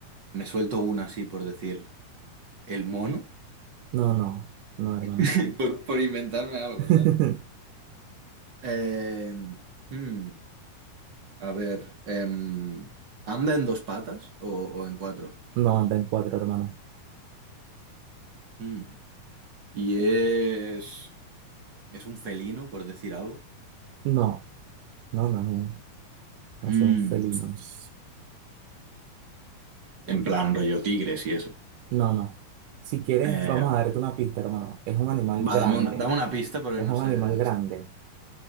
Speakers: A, on the right; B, on the right.
A: me suelto una así por decir el mono.
B: No, no, no, hermano.
A: <laughs> Por, por inventarme algo,
B: <laughs>
A: ¿sabes? Em, hmm, a ver. em, ¿anda en dos patas o, o en cuatro?
B: No anda en cuatro, hermano.
A: Hmm. Y es. ¿Es un felino, por decir algo?
B: No, no, no, no, no
A: Mm,
B: son felinos.
A: en plan rollo tigres y eso.
B: No, no. Si quieres,
A: Eh,
B: vamos a darte una pista, hermano. Es un animal
A: va,
B: grande.
A: dame una, dame una pista porque
B: Es
A: no
B: un
A: sé.
B: animal grande.